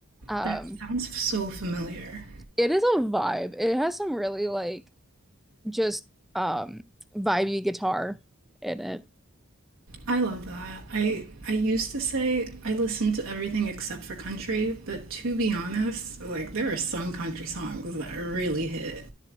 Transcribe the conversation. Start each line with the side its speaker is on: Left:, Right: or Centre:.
Centre: Um
Right: That sounds so familiar.
Centre: it is a vibe. It has some really like just um vibey guitar in it.
Right: I love that. I I used to say I listen to everything except for country, but to be honest, like there are some country songs that really hit.